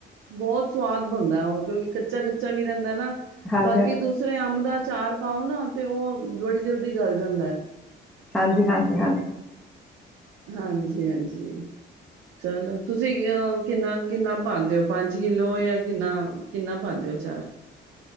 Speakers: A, on the right; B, in the centre.
A: ਬਹੁਤ ਸਵਾਦ ਬਣਦਾ ਉਹ ਕਿਉਂਕਿ ਕੱਚਾ ਕੱਚਾ ਵੀ ਰਹਿੰਦਾ ਨਾ
B: ਹਾਂਜੀ
A: ਬਾਕੀ ਦ ਦੂਸਰੇ ਅੰਬ ਦਾ ਅਚਾਰ ਪਾਓ ਨਾ ਤੇ ਉਹ ਬੜੀ ਜਲਦੀ ਗਲ ਜਾਂਦਾ ਹੈ।
B: ਹਾਂਜੀ ਹਾਂਜੀ ਹਾਂਜੀ।
A: ਹਾਂਜੀ ਹਾਂਜੀ। ਚਲੋ ਤੁਸੀਂ ਅ ਕਿੰਨਾ ਕਿੰਨਾ ਪਾਉਂਦੇ ਹੋ ਪੰਜ ਕਿਲੋ ਜਾਂ ਕਿੰਨਾ। ਕਿੰਨਾ ਪਾਂਦੇ ਹੋ ਅਚਾਰ।